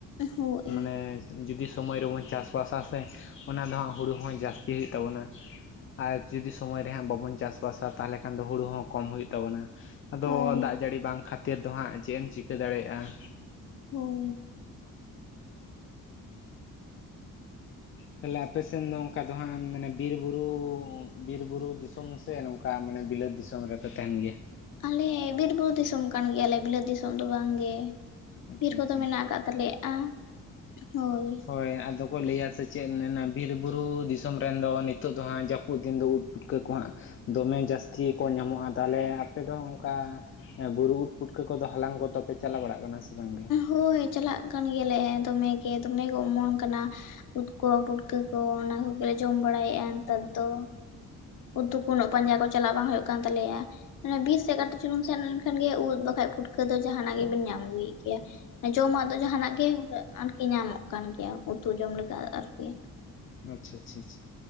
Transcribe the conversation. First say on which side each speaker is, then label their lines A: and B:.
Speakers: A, on the left (about 70°); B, on the left (about 40°).
A: ᱦᱳᱭ
B: ᱢᱟᱱᱮ ᱡᱩᱫᱤ ᱥᱚᱢᱚᱭ ᱨᱮᱵᱚᱱ ᱪᱟᱥ-ᱵᱟᱥᱟ ᱥᱮ ᱚᱱᱟ ᱫᱚ ᱦᱟᱸᱜ ᱦᱩᱲᱩ ᱦᱚᱸ ᱡᱟᱹᱥᱛᱤ ᱦᱩᱭᱩᱜ ᱛᱟᱵᱚᱱᱟ᱾ ᱟᱨ ᱡᱩᱫᱤ ᱥᱚᱢᱚᱭ ᱨᱮᱦᱟᱸᱜ ᱵᱟᱵᱚᱱ ᱪᱟᱥᱵᱟᱥᱟ ᱛᱟᱦᱚᱞᱮ ᱠᱷᱟᱱ ᱫᱚ ᱦᱩᱲᱩ ᱦᱚᱸ ᱠᱚᱢ ᱦᱩᱭᱩᱜ ᱛᱟᱵᱚᱱᱟ᱾ ᱟᱫᱚ
A: ᱦᱳᱭ
B: ᱫᱟᱜ ᱡᱟᱹᱲᱤ ᱵᱟᱝ ᱠᱷᱟᱹᱛᱤᱨ ᱫᱚ ᱦᱟᱸᱜ ᱪᱮᱫ ᱮᱢ ᱪᱤᱠᱟᱹ ᱫᱟᱲᱮᱭᱟᱜᱼᱟ᱾
A: ᱦᱳᱭ᱾
B: ᱛᱟᱦᱞᱮ ᱟᱯᱮ ᱥᱮᱱ ᱫᱚ ᱚᱱᱠᱟ ᱫᱚ ᱦᱟᱸᱜ ᱢᱟᱱᱮ ᱵᱤᱨ ᱵᱩᱨᱩ, ᱵᱤᱨ ᱵᱩᱨᱩ ᱫᱤᱥᱚᱢ ᱥᱮ ᱱᱚᱝᱠ ᱚᱱᱠᱟ ᱢᱟᱱᱮ ᱵᱤᱞᱟᱹᱛ ᱫᱤᱥᱚᱢ ᱨᱮᱯᱮ ᱛᱟᱦᱮᱱ ᱜᱮᱭᱟ?
A: ᱟᱞᱮ ᱵᱤᱨ ᱵᱩᱨᱩ ᱫᱤᱥᱚᱢ ᱠᱟᱱ ᱜᱮᱭᱟᱞᱮ ᱵᱤᱞᱟᱹᱛ ᱫᱤᱥᱚᱢ ᱫᱚ ᱵᱟᱝᱜᱮ᱾
B: ᱟᱪᱪᱷᱟ
A: ᱵᱤᱨ
B: ᱟᱪᱪᱷᱟ
A: ᱠᱚᱫᱚ ᱢᱮᱱᱟᱜ ᱟᱠᱟᱫ ᱛᱟᱞᱮᱭᱟᱼᱟ᱾ ᱦᱳᱭ
B: ᱦᱳᱭ ᱟᱫᱚ ᱠᱚ ᱞᱟᱹᱭᱟ ᱥᱮ ᱪᱮᱫ ᱢᱮᱱᱼᱟ ᱵᱤᱨ ᱵᱩᱨᱩ ᱫᱤᱥᱚᱢ ᱨᱮᱱ ᱫᱚ ᱱᱤᱛᱚᱜ ᱫᱚ ᱦᱟᱸᱜ ᱡᱟᱹᱯᱩᱫ ᱫᱤᱱ ᱫᱚ ᱩᱫ ᱯᱩᱴᱠᱟᱹ ᱠᱚᱦᱟᱸᱜ ᱫᱚᱢᱮ ᱡᱟᱹᱥᱛᱤ ᱠᱚ ᱧᱟᱢᱚᱜᱼᱟ᱾ ᱛᱟᱦᱚᱞᱮ ᱟᱯᱮ ᱫᱚ ᱚᱱᱠᱟ ᱵᱩᱨᱩ ᱩᱫ ᱯᱩᱴᱠᱟᱹ ᱠᱚᱫᱚ ᱦᱟᱞᱟᱝ ᱠᱚᱫᱚ ᱯᱮ ᱪᱟᱞᱟ ᱵᱟᱲᱟᱜ ᱠᱟᱱᱟ ᱥᱮ? ᱵᱟᱝᱜᱮ?
A: ᱦᱳᱭ ᱪᱟᱞᱟᱜ ᱠᱟᱱ ᱜᱮᱭᱟᱞᱮ ᱫᱚᱢᱮᱜᱮ ᱫᱚᱢᱮᱜᱮ ᱚᱢᱚᱱ ᱠᱟᱱᱟ᱾ ᱩᱫ ᱠᱚ ᱯᱩᱴᱠᱟᱹ ᱠᱚ ᱚᱱᱟ ᱠᱚᱜᱮᱞᱮ ᱡᱚᱢ ᱵᱟᱲᱟᱭᱮᱫᱼᱟ ᱱᱮᱛᱟᱨ ᱫᱚ᱾ ᱩᱛᱩ ᱠᱚ ᱩᱱᱟᱹ ᱯᱟᱸᱡᱟ ᱠᱚ ᱪᱟᱞᱟᱜ ᱵᱟᱝ ᱦᱩᱭᱩᱜ ᱠᱟᱱ ᱛᱟᱞᱮᱭᱟ ᱢᱟᱱᱮ ᱵᱤᱥ ᱥᱮ ᱮᱜᱟᱨᱴᱟ ᱵᱤᱨ ᱥᱮᱱ ᱠᱟ. ᱴᱤᱪ ᱪᱩᱞᱩᱝ ᱪᱩᱞᱩᱝ ᱥᱮᱱ ᱞᱮᱱᱠᱷᱟᱱ ᱜᱮ ᱩᱫ ᱵᱟᱠᱷᱟᱡ ᱯᱷᱩᱴᱠᱟᱹ ᱫᱚ ᱡᱟᱦᱟᱱᱟᱜ ᱜᱮᱵᱤᱱ ᱧᱟᱢ ᱟᱹᱜᱩᱭᱮᱫ ᱜᱮᱭᱟ᱾ ᱡᱚᱢᱟᱜ ᱫᱚ ᱡᱟᱦᱟᱱᱟᱜ ᱜᱮ ᱟᱨᱠᱤ ᱧᱟᱢᱚᱜ ᱠᱟᱱ ᱜᱮᱭᱟ ᱩᱛᱩ ᱡᱚᱢ ᱞᱮᱠᱟ ᱟᱨᱠᱤ᱾
B: ᱟᱪᱪᱷᱟ ᱪᱷᱟ ᱪᱷᱟ